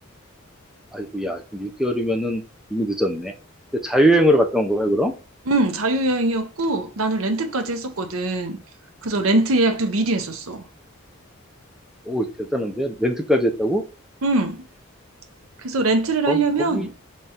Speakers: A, in the centre; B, on the right.
A: 아이고, 야, 6개월이면은 이미 늦었네. 근데 자유여행으로 갔다 온 거야, 그럼?
B: 응, 자유여행이었고 나는 렌트까지 했었거든. 그래서 렌트 예약도 미리 했었어.
A: 오, 대단한데? 렌트까지 했다고?
B: 응. 그래서 렌트를
A: 거기,
B: 하려면
A: 거기,